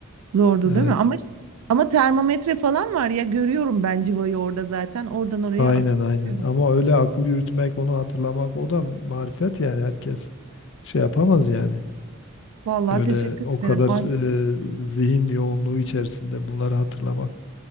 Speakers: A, on the right; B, on the left.
A: Zordu
B: Evet.
A: değil mi? Ama işte, ama termometre falan var ya görüyorum ben civayı orada zaten. Oradan oraya
B: Aynen
A: akıp
B: aynen.
A: duruyor.
B: Ama öyle akıl yürütmek, onu hatırlamak o da marifet yani herkes şey yapamaz yani.
A: Vallahi
B: Böyle
A: teşekkür
B: o
A: ederim.
B: kadar
A: Ay,
B: e, zihin yoğunluğu içerisinde bunları hatırlamak